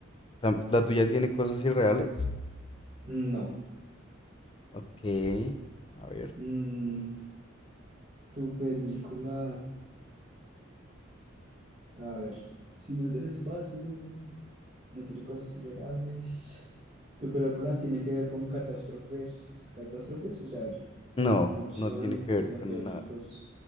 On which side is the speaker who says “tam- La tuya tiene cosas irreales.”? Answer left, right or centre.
Left